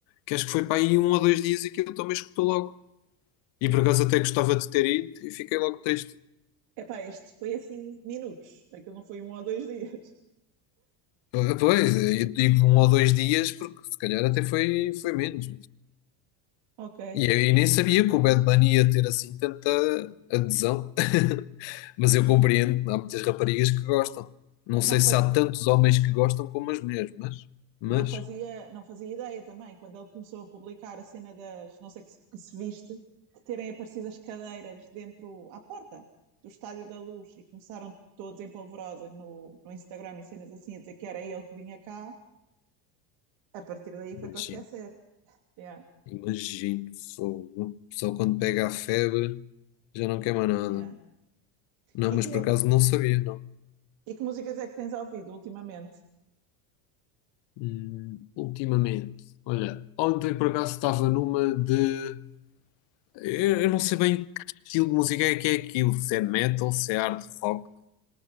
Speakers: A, on the left (about 60°); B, on the right (about 65°).
A: que acho que foi para aí um ou dois dias e que eu também escutou logo. E
B: É.
A: por acaso até gostava de ter ido e fiquei logo triste.
B: Epá, este foi assim minutos, aquilo não foi um ou dois dias. <laughs>
A: Ah, Pois, eu digo um ou dois dias porque se calhar até foi, foi menos.
B: Ok.
A: E eu, eu nem sabia que o Bad Bunny ia ter assim tanta adesão, <laughs> mas eu compreendo, há muitas raparigas que gostam. Não sei
B: Não faz...
A: se há tantos homens que gostam como as mulheres, mas, mas,
B: não fazia, não fazia ideia também, quando ele começou a publicar a cena das, não sei que se, que se viste, de terem aparecido as cadeiras dentro, à porta do Estádio da Luz e começaram todos em polvorosa no, no Instagram e cenas assim a dizer que era ele que vinha cá, a partir daí
A: imagino,
B: foi para esquecer. Yeah,
A: imagino, fogo. Só quando pega a febre já não quer mais nada.
B: yeah.
A: Não,
B: E,
A: mas
B: que,
A: por acaso não sabia, não.
B: e que músicas é que tens ouvido ultimamente?
A: Hum, ultimamente, olha, ontem por acaso estava numa de. Eu, eu não sei bem que estilo de música é que é aquilo, se é metal, se é hard rock